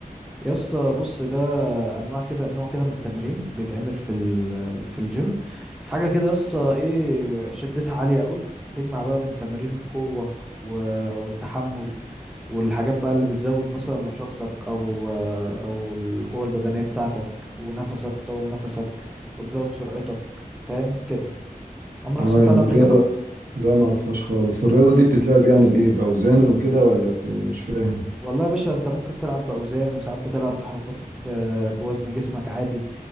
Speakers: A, in the centre; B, on the right.
A: يسا بص ده انواع كده نوع كده من التمرين بيتعمل في ال- في الجيم حاجه كده قصه ايه شدتها عاليه قوي بتجمع بقى بين تمارين القوه و- والتحمل والحاجات بقى اللي بتزود مثلا رشاقتك او او القوه البدنيه بتاعتك ونفسك وتطول نفسك وتزود سرعتك فاهم كده عمرك
B: اه
A: سمعت
B: يعني
A: عنها قبل
B: الرياضه
A: كده
B: لا ما اعرفهاش خالص الرياضه دي بتتلعب يعني بايه باوزان وكده ولا ب... مش فاهم
A: والله يا باشا انت ممكن تلعب باوزان وساعات بتلعب بحركات ب- بوزن جسمك عادي